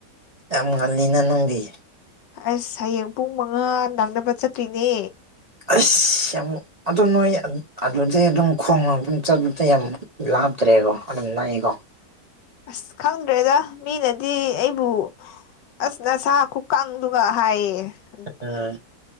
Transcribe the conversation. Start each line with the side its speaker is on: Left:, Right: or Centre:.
Right: ꯌꯥꯝ ꯉꯜꯂꯤꯅ ꯅꯪꯗꯤ
Left: ꯑꯁ ꯍꯌꯦꯡ ꯄꯨꯡ ꯃꯉꯥ ꯅꯛꯅꯕ ꯆꯠꯇꯨꯏꯅꯦ
Right: ꯑꯁ ꯌꯥꯝ ꯑꯗꯨ ꯅꯣꯏ ꯑꯗꯨꯗꯩ ꯑꯗꯨꯝ ꯈꯣꯡꯅ ꯑꯗꯨꯝ ꯆꯠꯄꯗ ꯌꯥꯝ ꯂꯥꯞ ꯆ꯭ꯔꯦꯒꯣ ꯑꯗꯨꯝ ꯅꯛꯏꯀꯣ
Left: ꯑꯁ ꯈꯪꯗ꯭ꯔꯦꯗ ꯃꯤꯅꯗꯤ ꯑꯩꯕꯨ ꯑꯁ ꯅꯁꯥ ꯈꯨꯀꯪꯗꯨꯒ ꯍꯥꯏꯌꯦ ꯑꯗꯨ
Right: ꯎꯝ